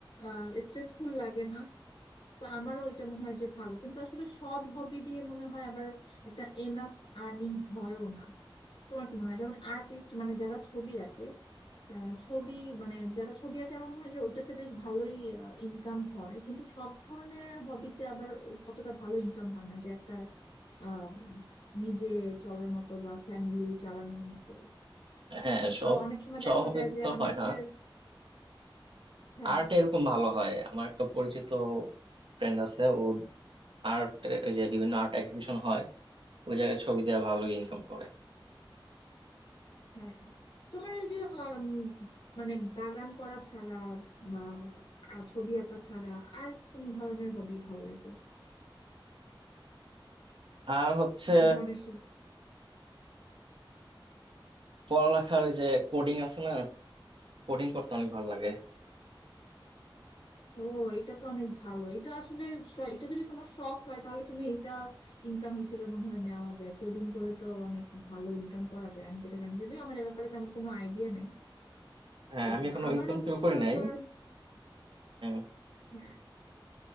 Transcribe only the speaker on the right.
হ্যাঁ
সব
সব
হবি
তো
হয় না
আর্ট এরকম ভালো হয় আমার একটা পরিচিত ফ্রেন্ড আছে ও আর্ট ওই যে বিভিন্ন আর্ট এক্সিবিশন হয় ওই জায়গায় ছবি দেওয়া ভালো ইনকাম করে
আর হচ্ছে
পড়ালেখার ওই যে কোডিং আছে না কোডিং করতে অনেক ভালো লাগে
হ্যাঁ
আমি এখনো
ইনকাম
শুরু করি
নাই হ্যাঁ